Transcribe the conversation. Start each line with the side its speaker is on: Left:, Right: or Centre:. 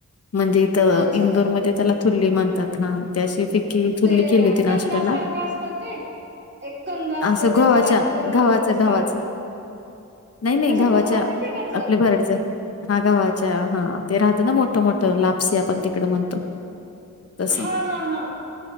Left: म्हणजे. तर
Right: अच्छा
Left: इंदोरमध्ये त्याला थुर्ली म्हणतात ना. त्याशी <unintelligible>
Right: ते
Left: केली होती नाश्टयाला.
Right: कंदासारखं असतं ते एक कंद असतं
Left: असं घोवाच्या
Right: ते त्याला असं वरण
Left: गव्हाचं
Right: त्याचे साल
Left: गव्हाचं. नाही नाही
Right: अच्छा
Left: गव्हाच्या
Right: पिठाचं
Left: आपल्या भरडच. हा गव्हाच्या हा ते राहतं ना मोठ मोठ लापसी आपण तिकडे म्हणतो. तस
Right: हा हा हा